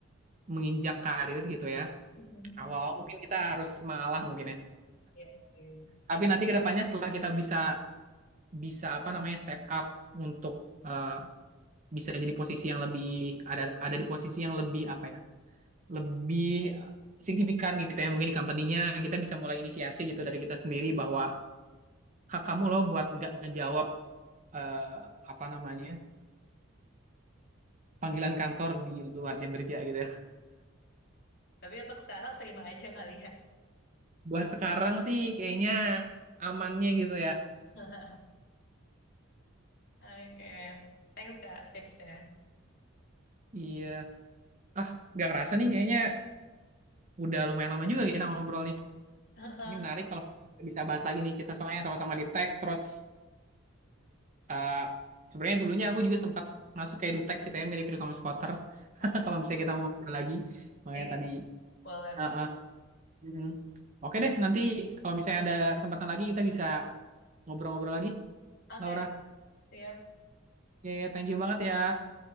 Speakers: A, on the right (about 35°); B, on the left (about 55°).
A: menginjak karir gitu ya
B: Mm-mm.
A: awal mungkin kita harus mengalah mungkin ya.
B: Iya sih.
A: Tapi nanti kedepannya setelah kita bisa bisa apa namanya step up untuk eh, bisa jadi posisi yang lebih ada ada di posisi yang lebih apa ya? Lebih signifikan gitu ya mungkin di company-nya kita bisa mulai inisiasi gitu dari kita sendiri bahwa hak kamu loh buat nggak ngejawab eh, apa namanya? panggilan kantor di luar jam kerja gitu ya.
B: Tapi untuk sekarang terima aja kali ya.
A: Buat sekarang sih kayaknya amannya gitu ya.
B: <laughs> Oke. Thanks Kak tipsnya.
A: Iya. Ah, nggak kerasa nih kayaknya udah lumayan lama juga kita ngobrol nih.
B: <laughs> Heeh.
A: Ini menarik kalau bisa bahas lagi nih kita soalnya sama-sama di tech terus eh, sebenarnya dulunya aku juga sempat masuk ke edutech gitu ya mirip-mirip sama Squatter <laughs>
B: Oh,
A: kalau misalnya kita mau ngobrol lagi makanya
B: iya.
A: tadi
B: Boleh,
A: ah
B: boleh.
A: ah, mm-mm. Oke deh nanti kalau misalnya ada kesempatan lagi kita bisa ngobrol-ngobrol lagi
B: Oke,
A: Laura
B: Kak. Siap.
A: ya thank you banget ya